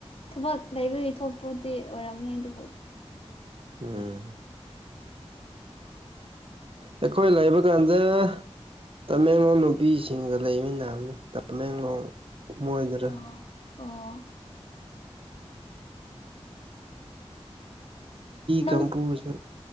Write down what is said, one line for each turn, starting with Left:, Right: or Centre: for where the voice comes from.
Left: ꯊꯕꯛ ꯂꯩꯕꯒꯤ ꯊꯣꯛꯄꯗꯤ ꯑꯣꯏꯔꯝꯒꯅꯤ ꯑꯗꯨꯕꯨ
Right: ꯎꯝ ꯑꯩꯈꯣꯏ ꯂꯩꯥꯛꯕ ꯀꯥꯟꯗ ꯇꯃꯦꯡꯂꯣꯡ ꯅꯨꯄꯤꯁꯤꯡꯒ ꯂꯩꯕ ꯅꯕꯅꯤ ꯇꯃꯦꯡꯂꯣꯡ ꯃꯣꯏꯗꯔ
Left: ꯑꯣ ꯑꯣ ꯅꯪ
Right: ꯀꯝꯄꯣꯁ